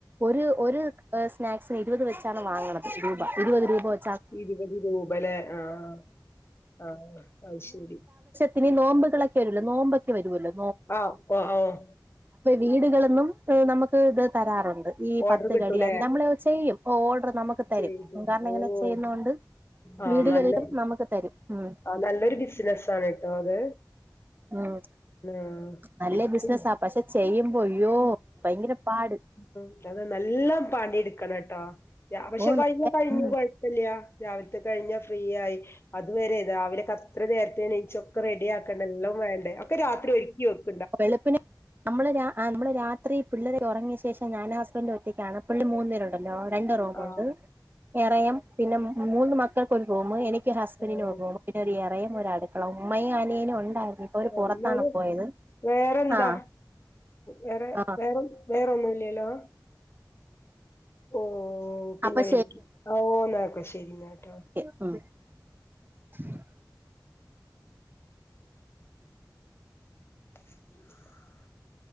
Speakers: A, on the right (about 30°); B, on the left (about 35°).
A: ഒരു ഒരു ഏഹ് സ്നാക്സിന് ഇരുപത് വെച്ച് ച്ചാണ് വാങ്ങണത് രൂപ ഇരുപത് രൂപ വെ
B: ഇരുപത് രൂപലെ ആഹ് ആഹ് അത് ശരി
A: പിനി നോമ്പുകളെക്കെ വരുല്ലോ നോമ്പൊക്കെ വരുവല്ലോ
B: ആഹ് ഓഹ് ആഹ് ഓഹ്
A: വീടുകളിന്നും നമുക്ക് ഇത് തരാറുണ്ട് ഈ പത്ത്
B: ഓർഡർ കിട്ടൂലേ.
A: കടിയ നമ്മള് അത് ചെയ്യും ഓർഡർ നമുക്ക് തരും
B: ചെയ്തു.
A: കാരണം ഇങ്ങനെ
B: ഓഹ്!
A: ചെയ്യുന്നൊണ്ട്
B: ആഹ്
A: വീടുകളിലും
B: നല്ല
A: നമുക്ക് തരും ഉം
B: ആഹ് നല്ലൊരു ബിസിനസ്സാണ് ട്ടോ അത്.
A: ഉം
B: ആഹ്
A: നല്ല
B: പിടിച്ച്
A: ബിസിനസ പക്ഷെ ചെയ്യുമ്പോ അയ്യോ ഭയങ്കര പാട്
B: ഉം അതെ നല്ലം പാണി എടുക്കണംട്ടോ യ പക്ഷെ
A: ഓ
B: കഴിഞ്ഞ കഴിഞ്ഞു
A: ഉം
B: കൊഴപ്പില്യ രാവിലത്തെ കഴിഞ്ഞാ ഫ്രീ ആയി അതുവരെ രാവിലെൊക്കെ അത്ര നേരത്തെണിച്ചൊക്കെ റെഡിയാക്കക്കണ്ട എല്ലാം വേണ്ടേ ഒക്കെ രാത്രി ഒരുക്കിോക്കും
A: വെളുപ്പിന് നമ്മള് നമ്മള് രാത്രി പിള്ളേരെ ഉറങ്ങി ശേഷം ഞൻ ഹസ്ബൻഡ ഒറ്റക്കാണ് പുള്ളി മന്നേരുണ്ടണ്ട് രണ്ട് റൂമ്
B: ആഹ്
A: ഉണ്ട് വേറേം പിന്നെ മൂന്ന് മക്കൾക്ക് ഒരു റൂം എനിക്ക് ഹസ്ബൻഡിന്
B: ഓഹ്
A: ഒരു റൂം ഒ അടുക്കള ഉമ്മയും അനിയനും ഉണ്ടായി ഇപ്പൊ ഓര് പുറത്താണ്
B: എന്നാല്
A: പോയത്
B: വേറെന്താ
A: ആഹ്
B: വേറെ
A: ആഹ്
B: വേറെ വേറെ ഒന്നുംല്ലല്ലോ ഓ ഓ പിന്നെ
A: അപ്പൊ
B: വിളിക്ക ഓന്ന ശരിന്നാ
A: എ ഉം <inaudible>
B: <inaudible>